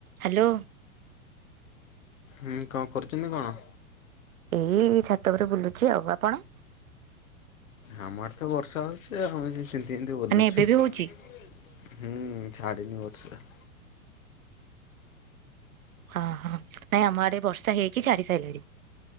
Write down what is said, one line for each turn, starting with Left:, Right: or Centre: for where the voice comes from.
Right: Hello.
Left: ହୁଁ କ କରୁଚନ୍ତି କଣ?
Right: ଏଇ ଛାତ ଉପରେ ବୁଲୁଚି ଆଉ ଆପଣ
Left: ଆମର ତ ବର୍ଷା ହଉଚି ଆମେ ସେ ତିନ୍ତି ତିନ୍ତି ବୁଲୁଚୁ।
Right: ମାନେ ଏବେ ବି
Left: ହୁଁ
Right: ହଉଛି
Left: ଛାଡ଼ିନି ବର୍ଷା।
Right: ହଁ ହଁ ନାଇଁ ଆମ ଆଡେ ବର୍ଷା ହେଇକି ଛାଡି ସାଇଲାଣି।